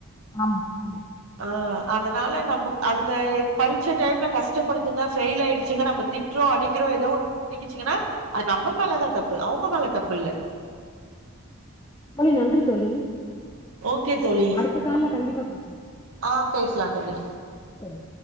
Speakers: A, on the left; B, on the right.
A: ஆமா ஆமா
B: அ அதனால நம்மக்
A: நன்றி தோழி
B: அதுங்க பரீச்ச டைம்ல கஷ்டப்படுதுங்க ஃபெயில் ஆயிடுச்சுங்க நம்ம திட்டுறோ அடிக்கிறோ ஏதோ ஒண்ணு பண்ணிகிச்சுங்கன்னா அது நம்ம மேலதா தப்பு அவங்க மேல தப்பு இல்ல
A: அம்பளி நன்றி தோழி
B: ஓகே தோழி
A: அடுத்த கால்ல கண்டிப்பா பாக்கலா
B: அ பேஸ்லா தோழி
A: ம்